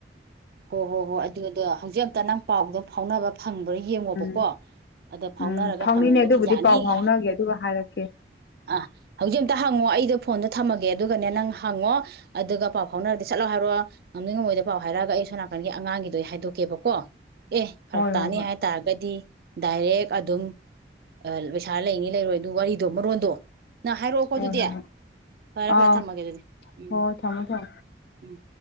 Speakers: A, on the right; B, on the left.
A: ꯍꯣ ꯍꯣ ꯍꯣ ꯑꯗꯨꯗꯣ ꯍꯧꯖꯤꯛ ꯑꯝꯇ ꯅꯪ ꯄꯥꯎꯗꯣ ꯐꯥꯎꯅꯕ ꯐꯪ ꯇꯧꯔ ꯌꯦꯡꯉꯣꯕꯀꯣ
B: ꯎꯝ
A: ꯑꯗ ꯐꯥꯎꯅꯔꯒ
B: ꯎꯝ ꯐꯥꯎꯅꯤꯅꯦ
A: ꯐꯪꯉꯒꯗꯤ
B: ꯑꯗꯨꯕꯨꯗꯤ
A: ꯌꯥꯅꯤ
B: ꯄꯥꯎ ꯐꯥꯎꯅꯒꯦ
A: ꯍ
B: ꯑꯗꯨꯒ ꯍꯥꯏꯔꯛꯀꯦ
A: ꯑ ꯍꯧꯖꯤꯛ ꯑꯝꯇ ꯍꯪꯉꯣ ꯑꯩꯗꯣ ꯐꯣꯟ ꯑꯗ ꯊꯃꯒꯦ ꯑꯗꯨꯒꯅꯦ ꯅꯪ ꯍꯪꯉꯣ ꯑꯗꯨꯒ ꯄꯥꯎ ꯐꯥꯎꯅꯔꯗꯤ ꯁꯠꯂꯥꯑ ꯍꯥꯏꯔꯛꯑꯣ ꯃꯥꯡꯅꯤꯡꯉꯃꯣꯏꯗ ꯄꯥꯎ ꯍꯥꯏꯔꯛꯒ ꯑꯩ ꯁꯣꯝ ꯅꯥꯀꯟꯒꯤ ꯑꯉꯥꯡꯒꯤꯗꯣ ꯑꯩ ꯍꯥꯏꯗꯣꯛꯀꯦꯕꯀꯣ ꯑꯦ ꯐꯔꯛ
B: ꯍꯣꯏ
A: ꯇꯥꯅꯤ
B: ꯍꯣꯏ ꯍꯣꯏ
A: ꯍꯥꯏꯇꯥꯔꯒꯗꯤ ꯗꯥꯏꯔꯦꯛ ꯑꯗꯨꯝ ꯑ ꯄꯩꯁꯥ ꯂꯩꯅꯤ ꯂꯩꯔꯣꯏ ꯑꯗꯨ ꯋꯥꯔꯤꯗꯣ ꯃꯔꯣꯟꯗꯣ ꯅꯪ ꯍꯥꯏꯔꯛꯑꯣꯀꯣ
B: ꯍꯣꯏ
A: ꯑꯗꯨꯗꯤ
B: ꯍꯣꯏ ꯍꯣꯏ
A: ꯐꯔꯦ ꯐꯔꯦ
B: ꯑꯥꯎ
A: ꯊꯝꯃꯒꯦ ꯑꯗꯨꯗꯤ ꯎꯝ
B: ꯍꯣꯏ ꯊꯝꯃꯣ ꯊꯝꯃꯣ
A: ꯎꯝ